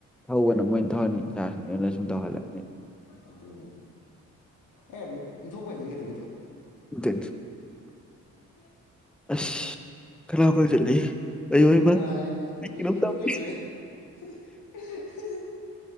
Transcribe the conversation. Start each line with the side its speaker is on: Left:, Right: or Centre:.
Centre: ꯊꯧꯕꯅ ꯃꯣꯏꯅ ꯊꯧꯍꯅꯤ ꯏꯆꯥꯁꯤꯅ ꯑꯩꯉꯣꯟꯗ ꯁꯨꯝ ꯇꯧꯍꯜꯂꯅꯤ
Left: ꯑꯗꯨꯅꯦ ꯑꯦ ꯏꯁꯨ ꯄꯥꯏꯗꯔꯤꯒꯦ ꯇ
Centre: <inaudible>
Left: ꯑꯗꯨꯗꯤ
Centre: ꯑꯁ ꯈꯅꯥꯎ ꯀꯪꯁꯤꯜꯂꯤ ꯑꯩꯌꯣ ꯏꯃꯥ
Left: ꯋꯥ
Centre: ꯑꯩ
Left: ꯃꯤꯅꯤꯄꯨꯦ
Centre: ꯀꯩꯅꯣꯝ ꯇꯧꯔꯦ
Left: ꯂꯩꯦ <unintelligible> <unintelligible>